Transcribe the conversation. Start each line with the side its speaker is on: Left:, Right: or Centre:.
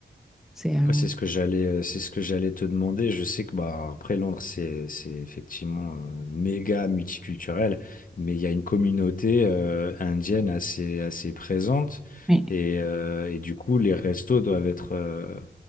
Centre: C'est, euh,
Left: Après, c'est ce que j'allais euh, c'est ce que j'allais te demander. Je sais que bah après Londres, c'est c'est effectivement euh, méga multiculturel, mais il y a une communauté euh, indienne assez assez présente
Centre: oui.
Left: et, euh, et du coup, les restos doivent être euh,